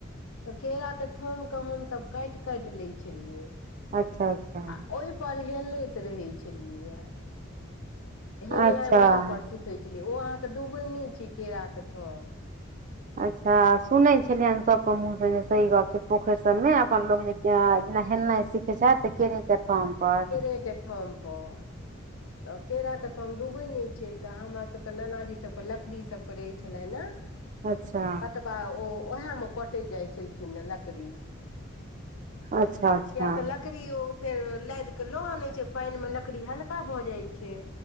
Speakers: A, on the left; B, on the right.
A: तऽ केराक के थोम के हमसभ काइट काइट लै छलियै
B: अच्छा अच्छा
A: आ ओहि पर हेलैत रहे छलियै य हेलनाइ
B: अच्छा
A: ओहा पर सिखै छलिए ओ अहाँके डूबे नै छै केरा के थम
B: अच्छा सुनै छलियनि सबके मुँह से जे सही गप छै पोखर सभमे अपन लोग जे जे हेलनाई सिखे छै त केरे के थम पर
A: एके थम पर त केरा कऽ थम डूबै नहि छै तऽ हमरासभके नानाजीसभके लकड़ीसभके रहै छलनि हँ
B: अच्छा
A: कटबा ओ उएहमे कटे जाइ छलखिन लकड़ी किया
B: अच्छा अच्छा
A: त लकड़ीयो फेर लाइद क लऽ आनै छै पाईन म लकड़ी हल्का भऽ जाइ छै